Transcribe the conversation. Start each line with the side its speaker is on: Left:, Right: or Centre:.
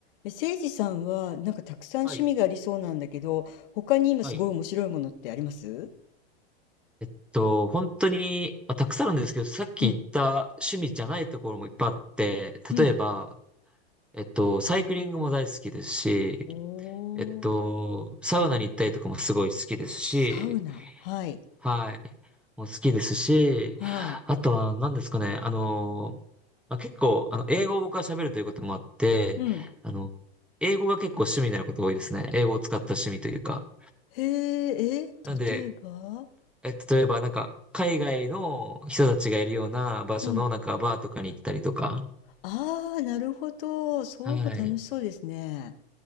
Left: え、いじさんは、なんかたくさん趣味がありそうなんだけど、
Centre: はい。
Left: 他に今すごい面白いものってあります
Centre: はい。えっと、本当に、まあ、たくさんあるんですけど、さっき言った趣味じゃないところもいっぱいあって、
Left: うん、うん。
Centre: 例えば、えっと、サイクリングも大好きですし、
Left: おー、
Centre: えっと、サウナに行ったりとかもすごい好きですし、
Left: サウナ。はい、
Centre: はい。もう好きですし、
Left: はい。
Centre: あとは何ですかね、あの、まあ、結構、あの、英語を僕は喋るということもあって、
Left: うん。
Centre: あの、英語が結構趣味になること多いですね。英語を使った趣味というか。
Left: へえ、え、
Centre: なんで、
Left: 例えば
Centre: えっと、例えば、なんか、海外の人たちがいるような場所の、
Left: うん。
Centre: なんか、バーとかに行ったりとか、
Left: ああ、なるほど。そうも楽しそうですね。
Centre: はい。